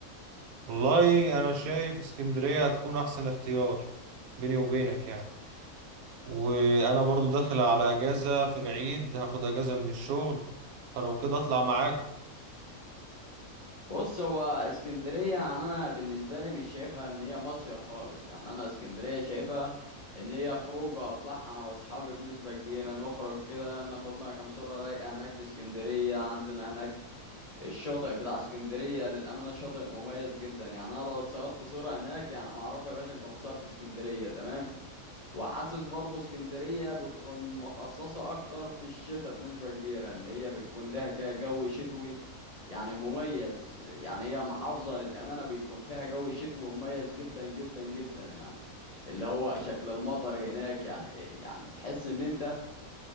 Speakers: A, on the right (about 85°); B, on the left (about 45°).
A: والله انا شايف اسكندرية هتكون احسن اختيار بيني وبينك يعني وانا برضو داخل على اجازة في العيد هاخد اجازة من الشغل فلو كده اطلع معاك
B: بص هو اسكندرية يعني أنا بالنسبة لي مش شايفها إن هي مصيف خالص يعني أنا اسكندرية شايفها إن هي خروجة أطلعها أنا وأصحابي بنسبة كبيرة نخرج كده ناخد لها كام صورة رايقة هناك في اسكندرية عندنا هناك الشاطئ بتاع اسكندرية للأمانة شاطئ مميز جدا يعني أنا لو اتصورت صورة هناك يعني معروف يا باشا أنت متصور في اسكندرية تمام وحاسس برضه اسكندرية بتكون مخصصة أكتر في الشتاء بنسبة كبيرة إن هي بتكون لها كده جو شتوي يعني مميز يعني هي محافظة للأمانة بيكون فيها جو شتوي مميز جدا جدا جدا يعني اللي هو شكل المطر هناك يعني إيه، يعني تحس إن أنت